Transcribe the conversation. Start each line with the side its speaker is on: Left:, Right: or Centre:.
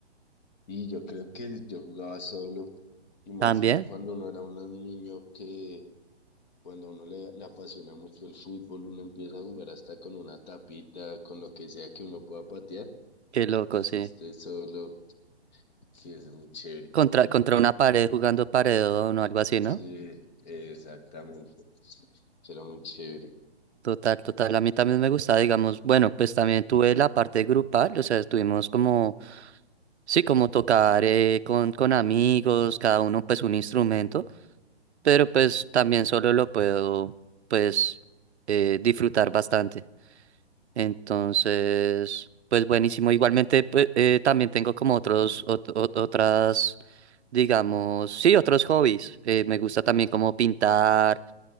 Left: Y yo creo que yo jugaba solo, y más
Right: También,
Left: eh, cuando uno era un niño que... Cuando a uno le, le apasiona mucho el fútbol, uno empieza a jugar hasta con una tapita, con lo que sea que uno pueda patear.
Right: qué loco,
Left: Así
Right: sí.
Left: esté solo. Sí, eso es muy chévere.
Right: Contra, contra una pared jugando paredón o algo así,
Left: Sí,
Right: ¿no?
Left: exactamente. Será muy chévere.
Right: Total, total. A mí también me gusta digamos, bueno, pues también tuve la parte grupal, o sea, estuvimos como, sí, como tocar eh, con, con amigos, cada uno pues un instrumento pero pues también solo lo puedo pues eh, disfrutar bastante. Entonces, pues buenísimo. Igualmente, pues, eh, también tengo como otros, ot- ot- otras, digamos, sí, otros hobbies. Eh, me gusta también como pintar.